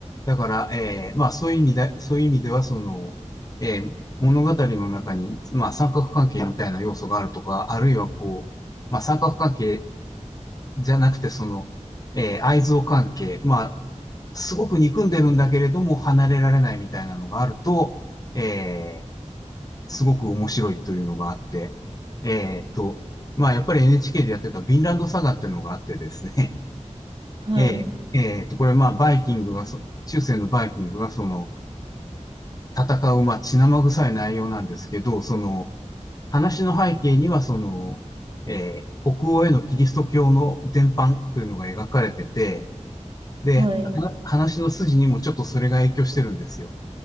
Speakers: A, on the left (about 30°); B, on the right (about 45°).
A: だから、えーまあそういう意味で、そういう意味では、その、えー物語の中に、まあ三角関係みたいな要素があるとか、あるいはこう、まあ三角関係じゃなくて、その、えー愛憎関係、まあ、すごく憎んでるんだけれども離れられないみたいなのがあると、えーすごく面白いというのがあって、えーっと、まあやっぱり NHK でやってたヴィンランドサガっていうのがあってですね
B: はい。
A: ええ、ええと、これまあ、バイキングがそ、中世のバイキングがその、戦う、まあ、血生臭い内容なんですけど、その、話の背景には、その、えー北欧へのキリスト教の伝播というのが描かれてて、で、
B: はい。
A: は話の筋にもちょっとそれが影響してるんですよ。